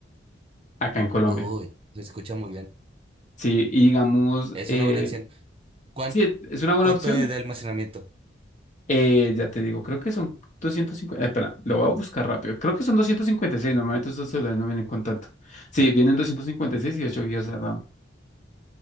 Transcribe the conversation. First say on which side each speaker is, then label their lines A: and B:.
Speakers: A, on the left (about 40°); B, on the right (about 30°).
A: acá en Colombia.
B: Uy, se escucha muy bien.
A: Sí, y digamos,
B: Es
A: eh,
B: una buena opción. ¿Cuán-
A: sí, e- es una buena
B: ¿Cuánto
A: opción.
B: es de almacenamiento?
A: Eh, ya te digo, creo que son 250, eh, espera, lo voy a buscar rápido. Creo que son 256. normalmente estos celulares no vienen con tanto. Sí, vienen doscientos cincuenta y seis y ocho gigas de RAM.